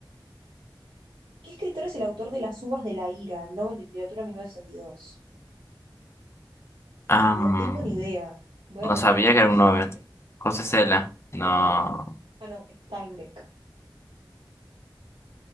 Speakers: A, on the right; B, on the left.
A: ¿Qué escritor es el autor de Las uvas de la ira, Nobel de Literatura 1962.
B: Am,
A: No tengo ni idea. Voy
B: no
A: a poner
B: sabía que era
A: Sartre.
B: un Nobel. José Cela, no,
A: Ah, no, Steinbeck.